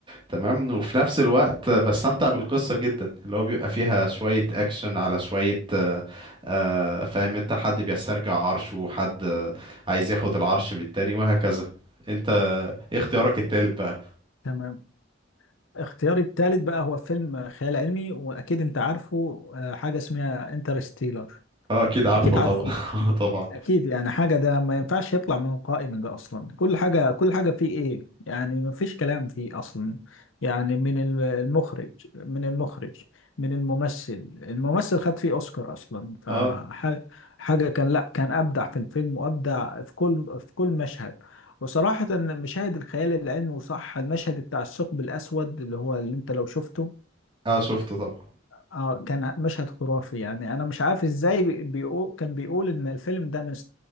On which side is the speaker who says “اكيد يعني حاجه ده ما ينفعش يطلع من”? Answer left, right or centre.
Left